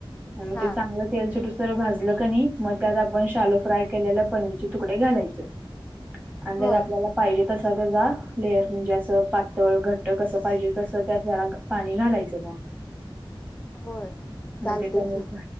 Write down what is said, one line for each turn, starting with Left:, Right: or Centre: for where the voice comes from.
Right: मग
Left: हा
Right: ते चांगलं तेल सुटू तर भाजल कनी मग त्यात आपण शालो फ्राय केलेल पनीरचे तुकडे घालायचे आणि त्यात
Left: होय
Right: आपल्याला पाहिजे तसा त्याचा लेयर म्हणजे, असं पातळ घट्ट कसं पाहिजे तसं त्यात जरा पाणी घालायचं मग.
Left: होय चालते
Right: मग ते पनीर
Left: की